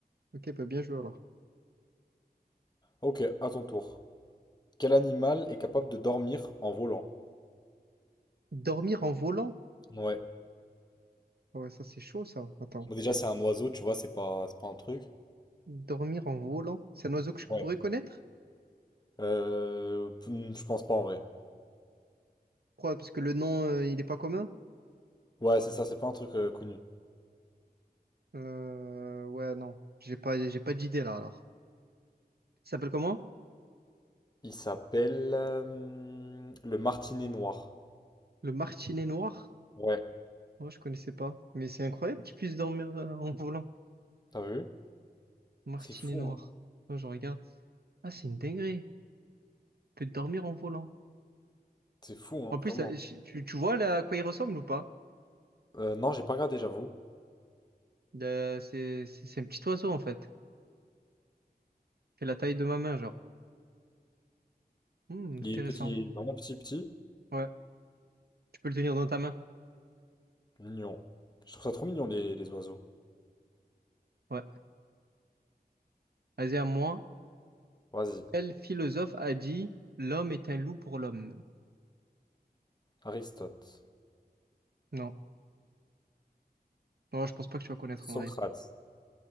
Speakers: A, on the right; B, on the left.
A: Ok, bah bien joué alors.
B: Ok, à ton tour. Quel animal est capable de dormir en volant?
A: Dormir en volant?
B: Ouais.
A: Ah Ouais, ça, c'est chaud, ça. Attends.
B: Bon, déjà, c'est un oiseau, tu vois, c'est pas, c'est pas un truc.
A: Dormir en volant? C'est un oiseau que je
B: Ouais.
A: pourrais connaître?
B: Euh, hmm, je pense pas en vrai.
A: Pourquoi? Parce que le nom, euh, il est pas commun?
B: Ouais, c'est ça, c'est pas un truc euh, connu.
A: Euh, ouais, non. J'ai pas, j'ai pas d'idée là, alors. Il s'appelle comment?
B: Il s'appelle euh, le Martinet Noir.
A: Le martinet noir?
B: Ouais,
A: Moi, je connaissais pas. Mais c'est incroyable qu'il puisse dormir euh, en volant.
B: t'as vu?
A: Martinet
B: C'est fou,
A: noir.
B: hein?
A: Moi, je regarde. Ah, c'est une dinguerie. Tu peux dormir en volant.
B: C'est fou, hein,
A: En plus,
B: vraiment.
A: ça- je- tu, tu vois là, à quoi il ressemble ou pas?
B: Euh, non, j'ai pas regardé, j'avoue.
A: Le- C'est c'est- c'est un petit oiseau en fait. Il fait la taille de ma main, genre. Hmm, intéressant.
B: Il est petit, il est vraiment petit, petit.
A: Ouais. Tu peux le tenir dans ta main.
B: Mignon. Je trouve ça trop mignon, les, les oiseaux.
A: Ouais. Vas-y, à moi.
B: Vas-y.
A: Quel philosophe a dit l'homme est un loup pour l'homme?
B: Aristote.
A: Non. Non, je pense pas que tu vas connaître
B: Socrate.
A: en vrai.